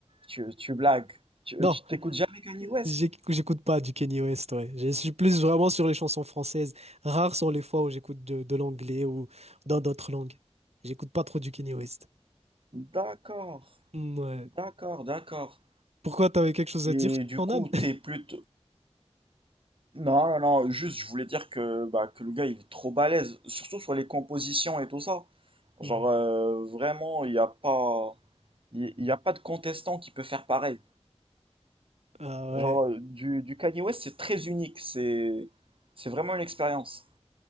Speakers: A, on the right; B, on the right.
A: tu, tu blagues. Tu,
B: Non,
A: tu t'écoutes jamais Kanye West?
B: j'éc- j'écoute pas du Kanye West, ouais. Je suis plus vraiment sur les chansons françaises. Rares sont les fois où j'écoute de, de l'anglais ou dans d'autres langues. J'écoute pas trop du Kanye West.
A: D'accord,
B: Mm, Ouais.
A: d'accord, d'accord.
B: Pourquoi t'avais quelque chose
A: Et
B: à dire sur
A: du
B: ton
A: coup,
B: âme?
A: t'es plus Non, non, non, juste je voulais dire que, bah, que le gars il est trop balèze, surtout sur les compositions et tout ça.
B: <laughs>
A: Genre euh, vraiment, il n'y a pas, il il y a pas de contestant qui peut faire pareil.
B: Ah ouais.
A: Genre euh, du, du Kanye West c'est très unique, c'est c'est vraiment une expérience.